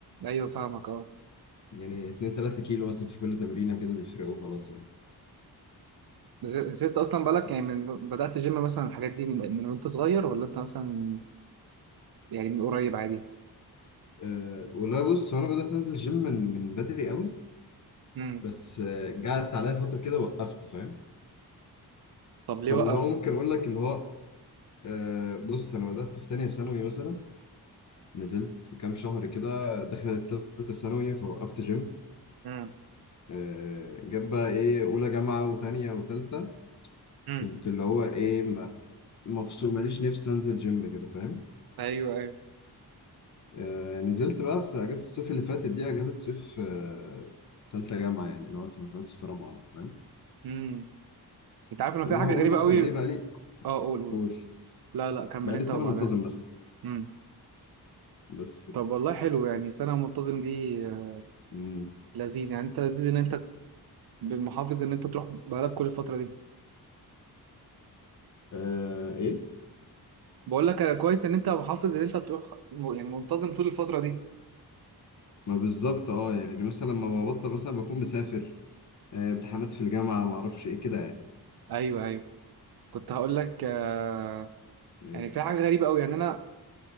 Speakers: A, on the right; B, on the left.
A: ايوه فاهمك اه
B: يعني 2 3 كيلو مثلا في كل تمرينه كده بيفرقوا خلاص يعني
A: بس بس انت اصلا بالك
B: بس
A: يعني من بدأت جيم مثلا الحاجات دي من من وانت صغير ولا انت مثلا يعني من قريب عادي
B: أه والله بص هو انا بدأت انزل جيم من من بدري قوي
A: امم
B: بس آه، جات عليا فترة كده وقفت فاهم
A: طب ليه
B: فاللي
A: وقفت
B: هو ممكن اقول لك اللي هو أه بص انا بدأت في تانية ثانوي مثلا نزلت كام شهر كده دخلت تالتة ثانوي فوقفت جيم
A: امم
B: أه جاب بقى ايه اولى جامعة وتانية وتالتة
A: امم
B: كنت اللي هو ايه م- مفصول ماليش نفسي انزل جيم كده فاهم
A: ايوه ايوه
B: أه نزلت بقى في اجازة الصيف اللي فاتت دي اجازة صيف آه، تالتة جامعة يعني اللي هو في في رابعة فاهم
A: امم انت عارف انه
B: اللي
A: في حاجه
B: هقول
A: غريبه
B: مثلا
A: قوي
B: ايه بقالي
A: اه قول قول
B: قول
A: لا لا كمل
B: بقالي
A: انت
B: سنة
A: وبعدها
B: منتظم مثلا
A: امم
B: بس كده
A: طب والله حلو يعني سنه منتظم دي آه،
B: مم.
A: لذيذ يعني انت لذيذ ان انت بالمحافظ ان انت تروح بقالك كل الفتره دي
B: آه ايه
A: بقول لك آه، كويس ان انت محافظ ان انت تروح م- يعني منتظم طول الفتره دي
B: ما بالظبط اه يعني مثلا لما ببطل مثلا بكون مسافر آه امتحانات في الجامعة ما اعرفش ايه كده يعني
A: ايوه ايوه كنت هقول لك آه،
B: إيه.
A: يعني في حاجه غريبه قوي يعني انا